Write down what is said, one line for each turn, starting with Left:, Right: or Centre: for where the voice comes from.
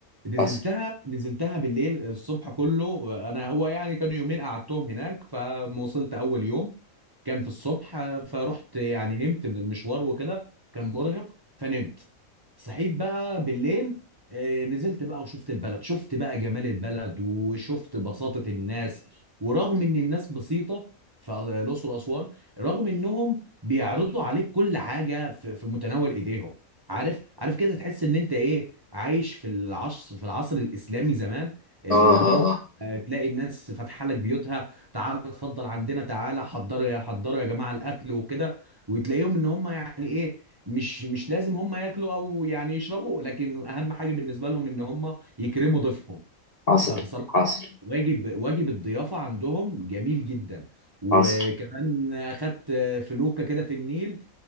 Right: نزلتها
Left: حصل
Right: نزلتها بالليل الصبح كله انا هو يعني كانوا يومين قعدتهم هناك فما وصلت اول يوم كان في الصبح فرحت يعني نمت من المشوار وكده كان مرهق فنمت صحيت بقى بالليل آه، نزلت بقى وشفت البلد شفت بقى جمال البلد وشفت بساطة الناس ورغم ان الناس بسيطة في الأقصر وأسوان رغم انهم بيعرضوا عليك كل حاجة في في متناول ايديهم عارف عارف كده تحس ان انت ايه عايش في العصر في العصر الاسلامي زمان اللي
Left: اه اه
Right: هو
Left: اه
Right: آه، تلاقي الناس فاتحه لك بيوتها تعالى اتفضل عندنا تعالى حضروا يا حضروا يا جماعه الاكل وكده وتلاقيهم ان هم يعني ايه مش مش لازم هم ياكلوا او يعني يشربوا لكن اهم حاجه بالنسبه لهم ان هم يكرموا ضيفهم
Left: حصل
Right: فبصراحه
Left: حصل
Right: واجب واجب الضيافه عندهم جميل جدا وكمان
Left: حصل
Right: اخدت فلوكه كده في النيل